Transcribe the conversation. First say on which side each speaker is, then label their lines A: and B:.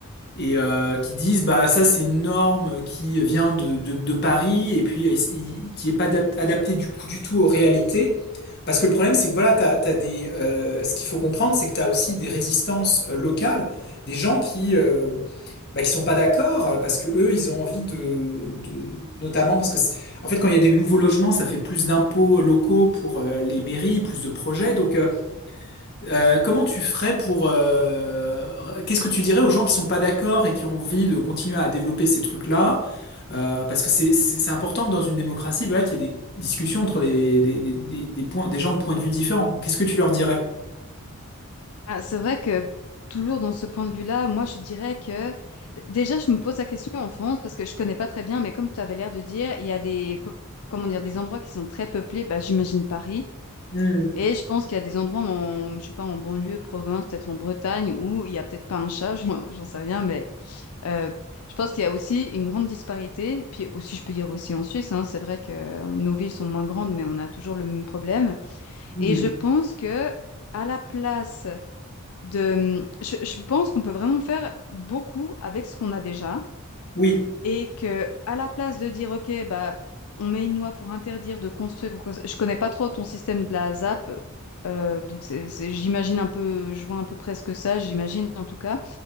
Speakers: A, on the left; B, on the left.
A: et euh, qui disent bah ça c'est une norme qui vient de, de, de Paris et puis euh, il- qui est pas adap- adaptée du coup du tout aux réalités. Parce que le problème c'est que voilà, t'as, t'as des, euh, ce qu'il faut comprendre c'est que tu as aussi des résistances euh, locales, des gens qui euh, bah, qui sont pas d'accord euh, parce que eux ils ont envie de, de notamment parce que c'est- en fait quand il y a des nouveaux logements ça fait plus d'impôts locaux pour euh, les mairies, plus de projets donc euh, euh, comment tu ferais pour... euh, r- qu'est-ce que tu dirais aux gens qui sont pas d'accord et qui ont envie de continuer à développer ces trucs-là? Euh, parce que c'est c'est- c'est important que dans une démocratie, voilà, qu'il y ait des discussions entre des, des, des, des, des points, des gens de points de vue différents. Qu'est-ce que tu leur dirais?
B: Ah, c'est vrai que toujours dans ce point de vue-là, moi je dirais que d- déjà je me pose la question en France parce que je connais pas très bien, mais comme tu avais l'air de dire, il y a des peu- comment dire des endroits qui sont très peuplés, bah j'imagine Paris,
A: Hmm,
B: et je pense qu'il y a des endroits en je sais pas en banlieue, province, peut-être en Bretagne où il y a peut-être pas un chat, <laughs> j'en j'en sais rien, mais euh, je pense qu'il y a aussi une grande disparité. Puis aussi je peux dire aussi en Suisse, hein, c'est vrai que nos villes sont moins grandes, mais on a toujours le même problème.
A: hmm,
B: Et je pense que à la place de, mm, je, je pense qu'on peut vraiment faire beaucoup avec ce qu'on a déjà
A: Oui,
B: et que à la place de dire ok bah on met une loi pour interdire de construire ou quoi- je connais pas trop ton système de la ZAP euh, donc c'est, c'est- j'imagine un peu je vois à peu près ce que ça j'imagine en tout cas